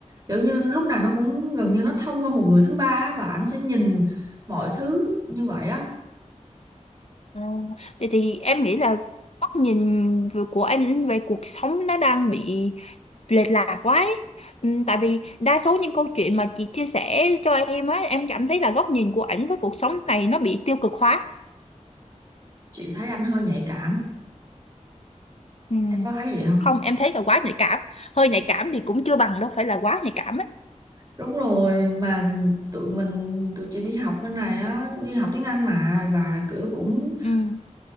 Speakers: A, on the right (about 30°); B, on the left (about 55°).
A: kiểu như lúc nào nó cũng gần như nó thông qua một người thứ ba á, và ảnh sẽ nhìn mọi thứ như vậy á
B: Ờ, Vậy thì em nghĩ là góc nhìn vừa- của anh về cuộc sống nó đang bị lệch lạc quá ấy. Ừm, Tại vì đa số những câu chuyện mà chị chia sẻ cho em á, em cảm thấy là góc nhìn của ảnh với cuộc sống này nó bị tiêu cực hóa.
A: chị thấy ảnh hơi nhạy cảm
B: Ừm.
A: em có thấy vậy không
B: Không, em thấy là quá nhạy cảm. Hơi nhạy cảm thì cũng chưa bằng đâu, phải là quá nhạy cảm ấy.
A: Đúng rồi mà tụi mình tụi chị đi học bên này á đi học tiếng Anh mà và kiểu cũng
B: Ừm.